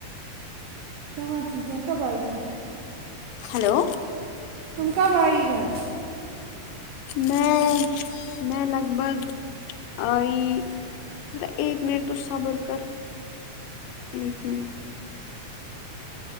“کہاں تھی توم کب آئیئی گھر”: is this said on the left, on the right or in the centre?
Right